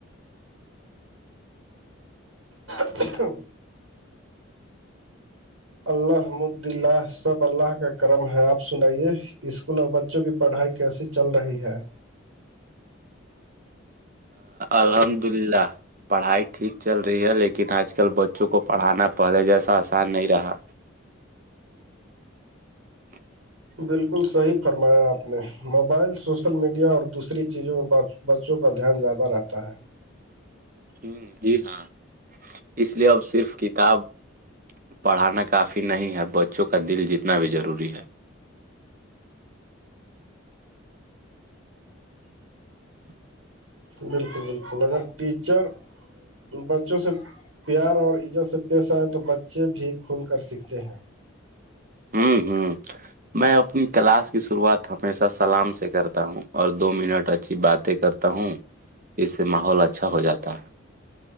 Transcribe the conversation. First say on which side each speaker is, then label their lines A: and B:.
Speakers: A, on the right; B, on the right.
A: ہ اللہمددلہ سب اللہ کا کرم ہے آپ سنائیے اسکول اور بچوں کی پڑھائی کیسی چل رہی ہے
B: الحمد للہ پڑھائی ٹھیک چل رہی ہے لیکن آج کل بچوں کو پڑھانا پہلے جیسا آسان نہیں رہا <unintelligible>
A: بالکل صحیح فرمایا آپ نے موبائل سوشل میڈیا اور دوسری چیزوں میں بات بچوں کا دھیان زیادہ رہتا ہے
B: ہ جی ہاں اس لیے اب صرف کتاب پڑھانا کافی نہیں ہے بچوں کا دل جتنا بھی ضروری ہے <unintelligible>
A: بالکل بالکل اگر ٹیچر بچوں سے پیار اور عزت سے پیشہ آئے تو بچے بھی کھل کر سیکھتے ہیں
B: ہوں ہوں میں اپنی کلاس کی شروعات ہمیشہ سلام سے کرتا ہوں اور دو منٹ اچھی باتیں کرتا ہوں اس سے ماحول اچھا ہو جاتا ہے